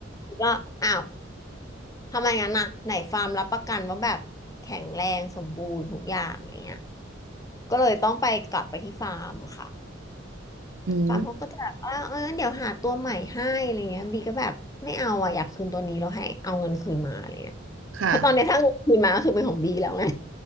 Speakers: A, on the left (about 20°); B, on the right (about 75°).
A: ก็อ้าวทำไมงั้นน่ะไหนฟาร์มรับประกันว่าแบบแข็งแรงสมบูรณ์ทุกอย่างอย่างเงี้ยก็เลยต้องไปกลับไปที่ฟาร์มค่ะ
B: อืม
A: ปามเขาก็จะแบบว่าเอองั้นเดี๋ยวหาตัวใหม่ให้อะไรเงี้ยบีก็แบบไม่เอาอ่ะอยากคืนตัวนี้แล้วให้เอาเงินคืนมาอะไรเงี้ยเพราะตอนเนี้ยถ้าเงินคืนมาก็คือเป็นของบีแล้วไง
B: ค่ะ